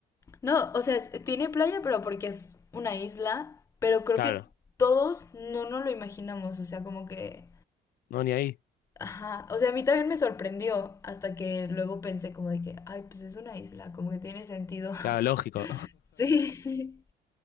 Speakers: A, on the left (about 20°); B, on the left (about 65°).
A: no, o sea, es- tiene playa, pero porque es una isla, pero creo
B: Claro.
A: que todos no nos lo imaginamos, o sea, como que,
B: No, ni ahí.
A: ajá, o sea, a mí también me sorprendió hasta que luego pensé como de que, ay, pues es una isla, como que tiene sentido. <laughs>
B: Claro, lógico.
A: Sí,